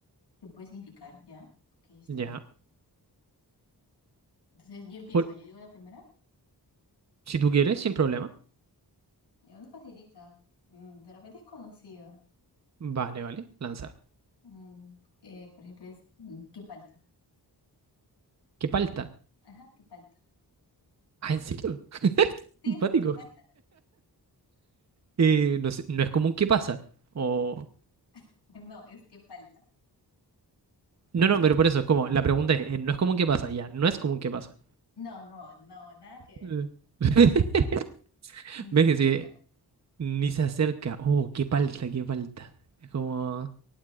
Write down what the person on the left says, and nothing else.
¿Qué puede significar? ¿Ya? Ok, está
bien. Entonces yo empiezo.
Yo digo la primera.
Ya, no facilita. Mm, De repente es conocida.
Mm, eh, por ejemplo, es mm, ¿qué palta?
Ajá, ¿qué palta?
Sí,
sí, ¿qué palta?
<laughs> No, es ¿qué palta?
No, no, no, nada que
ver.
Ni
se acerca.